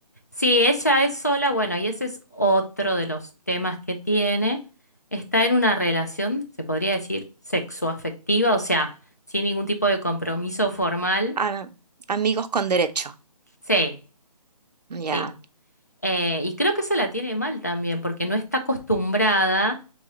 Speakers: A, on the left; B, on the right.
A: si ella es sola, bueno, y ese es otro de los temas que tiene, está en una relación, se podría decir, sexoafectiva, o sea, sin ningún tipo de compromiso formal.
B: a- amigos con derecho,
A: Sí,
B: ya.
A: Sí, Eh, y creo que se la tiene mal también, porque no está acostumbrada,